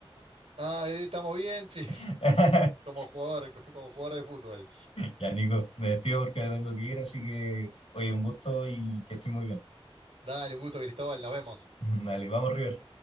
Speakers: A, on the right; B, on the left.
A: Ah, eh, estamos bien, sí, <laughs>
B: <laughs>
A: como jugador, como jugador de fútbol.
B: Ya, Nico, me despido porque me tengo que ir, así que, oye, un gusto y que estés muy bien.
A: Dale, un gusto, Cristóbal, nos vemos.
B: <laughs> Dale, vamos, River.